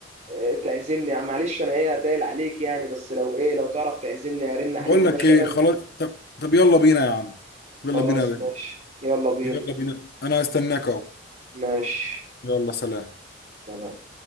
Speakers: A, on the right (about 40°); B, on the left (about 60°).
A: آه، تعزمني يعني معلش انا ايه هتقل عليك يعني بس لو ايه لو تعرف تعزمني ارن عليك
B: بقول لك
A: مثلا
B: ايه خلاص طب طب يلا بينا يا عم
A: خلاص
B: يلا بينا يا بيه.
A: ماشي يلا بينا
B: يلا بينا انا هستناك اهو
A: ماشي
B: يلا سلام
A: سلام.